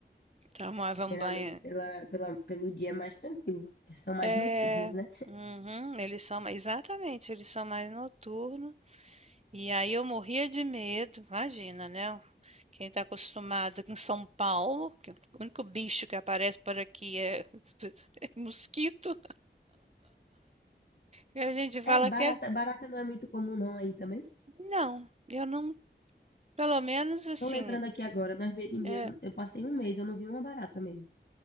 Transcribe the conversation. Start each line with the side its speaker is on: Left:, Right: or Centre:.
Right: Tomavam
Left: Geralmente
Right: banho.
Left: pela, pela, pelo dia é mais tranquilo. São mais
Right: É,
Left: noturnos, né?
Right: uhum, eles são, ma- exatamente, eles são mais noturnos. E aí eu morria de medo, imagina, né? Quem está acostumado com São Paulo, que o único bicho que aparece por aqui é <laughs> mosquito, e a gente fala
Left: É, barata,
Right: que é.
Left: barata não é muito comum não aí também.
Right: Não, eu não, pelo menos assim,
Left: Tô lembrando aqui agora, no Airbnb
Right: é,
Left: eu, eu passei um mês, eu não vi uma barata mesmo.